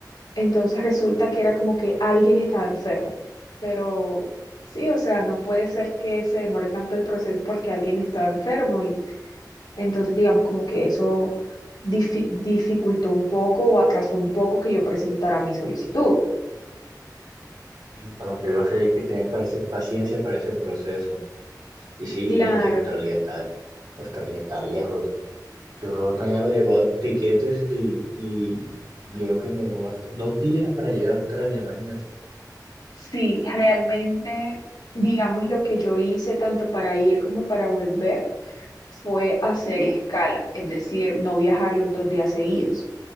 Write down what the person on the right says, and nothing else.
Mm, Por lo que veo, sí hay que tener parce- paciencia para ese proceso. Y sí,
y que Australia está, Australia está lejos. Yo también he averiguado tiquetes y, y creo que me llevó hasta- dos días para llegar a Australia, imagínate.